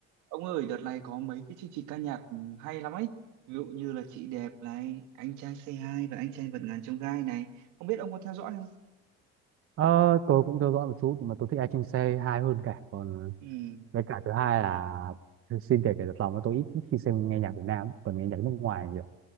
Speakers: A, on the right (about 80°); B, on the right (about 50°).
A: Ông ơi, đợt này có mấy cái chương trình ca nhạc ừ, hay lắm ấy. Ví dụ như là Chị Đẹp này, Anh Trai Say Hi và Anh Trai Vượt Ngàn Chông Gai này. Không biết ông có theo dõi không?
B: Ờ, tôi cũng theo dõi một chút nhưng mà tôi thích ai trên xe hai hơn cả còn
A: Ừ,
B: với cả thứ hai là xin kể kể thật lòng là tôi ít, ít khi xem nghe nhạc Việt Nam còn nghe nhạc nước ngoài nhiều